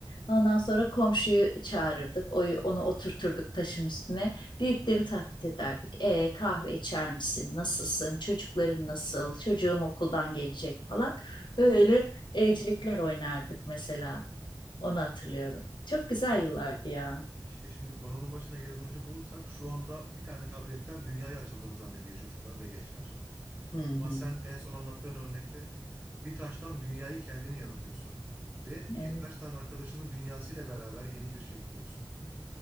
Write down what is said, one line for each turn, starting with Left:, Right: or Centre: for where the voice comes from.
Left: Ondan sonra komşuyu çağırırdık, oyu- onu oturturduk taşın üstüne. Büyükleri taklit ederdik. E, kahve içer misin? Nasılsın? Çocukların nasıl? Çocuğum okuldan gelecek falan. Böyle evcilikler oynardık mesela. Onu hatırlıyorum. Çok güzel yıllardı ya.
Right: İşte şimdi konunun başına geri dönecek olursak şu anda bir tane tabletten dünyaya açıldığını zannediyor çocuklar ve gençler.
Left: Hı hı.
Right: Ama sen en son anlattığın örnekte bir taştan dünyayı kendini yaratıyorsun ve
Left: Evet.
Right: birkaç tane arkadaşının dünyasıyla beraber yeni bir şey kuruyorsun.